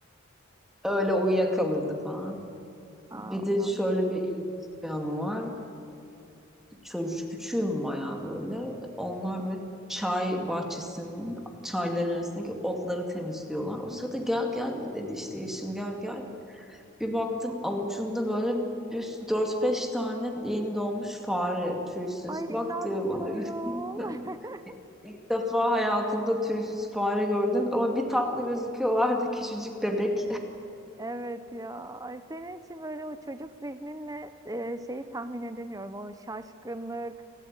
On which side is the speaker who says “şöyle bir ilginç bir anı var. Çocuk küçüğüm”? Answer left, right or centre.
Centre